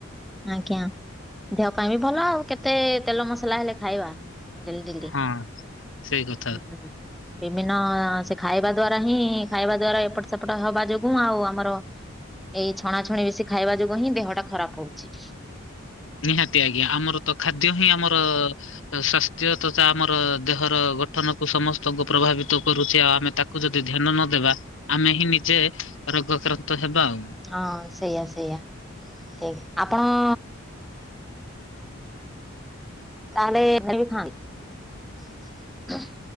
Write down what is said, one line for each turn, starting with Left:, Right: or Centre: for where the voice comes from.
Centre: ଆଜ୍ଞା ଦେହ ପାଇଁ ବି ଭଲ ଆଉ କେତେ ତେଲ ମସଲା ହେଲେ ଖାଇବା। ଡେଲି ଡେଲି
Left: ହଁ ସେଇ କଥା
Centre: ହୁଁ ହୁଁ ବି ଭିନ୍ନ ସେ ଖାଇବା ଦ୍ଵାରା ହିଁ ଖାଇବା ଦ୍ଵାରା ଏପଟ ସେପଟ ହବା ଯୋଗୁଁ ଆଉ ଆମର ଏଇ ଛଣାଛଣି ବେଶୀ ଖାଇବା ଯୋଗୁ ହିଁ ଦେହଟା ଖରାପ ହଉଚି।
Left: ନିହାତି ଆଜ୍ଞା ଆମର ତ ଖାଦ୍ୟ ହିଁ ଆମର ସ୍ୱାସ୍ଥ୍ୟ ତଥା ଆମର ଦେହର ଗଠନକୁ ସମସ୍ତଙ୍କୁ ପ୍ରଭାବିତ ଆଉ ଆମେ ତା କୁ ଯଦି ଧ୍ୟାନ ନଦବା ଆମେ ହିଁ ନିଜେ ରୋଗକ୍ରାନ୍ତ ହେବା ଆଉ
Centre: ହଁ ସେଇଆ ସେଇଆ ଠିକ୍ ଆପଣ ତାହେଲେ <unintelligible>